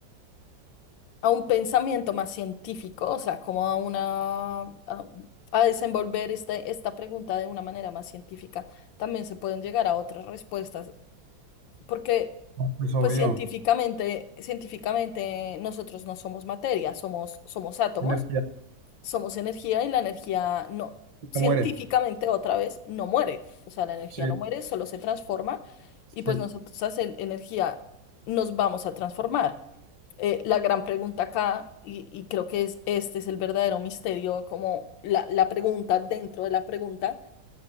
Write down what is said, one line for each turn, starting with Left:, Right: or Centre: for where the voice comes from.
Left: a un pensamiento más científico, o sea, como a una, a, a desenvolver este, esta pregunta de una manera más científica, también se pueden llegar a otras respuestas, porque
Right: pues obvio,
Left: pues Ok. científicamente, científicamente nosotros no somos materia, somos, somos átomos.
Right: energía,
Left: somos energía y la energía no, científicamente
Right: te muere,
Left: otra vez, no muere. O sea, la energía
Right: sí,
Left: no muere, solo se transforma y pues
Right: sí.
Left: nosotros hacen energía nos vamos a transformar. Eh, la gran pregunta acá, y, y creo que es, este es el verdadero misterio, como la, la pregunta dentro de la pregunta,